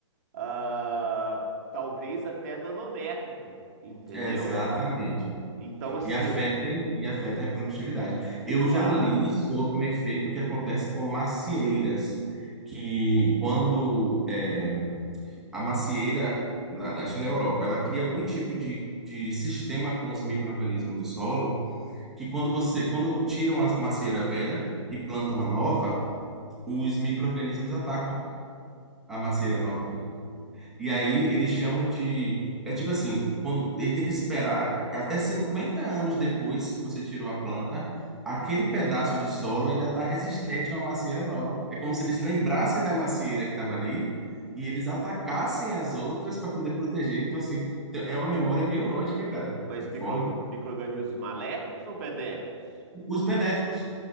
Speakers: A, on the right; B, in the centre.
A: ah, talvez até nanométrico, entendeu?
B: Exatamente.
A: Então, assim,
B: E afetem,
A: é
B: e afetem a produtividade. Eu
A: claro,
B: já li sobre um efeito que acontece com macieiras, que quando é, a macieira, lá- acho que na Europa, ela cria algum tipo de, de sistema com os micro-organismos do solo, que quando você, quando tiram a macieira velha e plantam a nova, os micro-organismos atacam a macieira
A: hum,
B: nova. E aí eles chamam de. É tipo assim, quando ele tem que esperar até 50 anos depois que você tirou a planta, aquele pedaço de solo ainda está resistente a uma macieira nova. É como se eles lembrassem da macieira que estava ali e eles atacassem as outras para poder proteger. Então, assim, então, é uma memória biológica, cara,
A: mas
B: que
A: micro,
B: forma.
A: micro-organismos maléficos ou benéficos?
B: Os benéficos.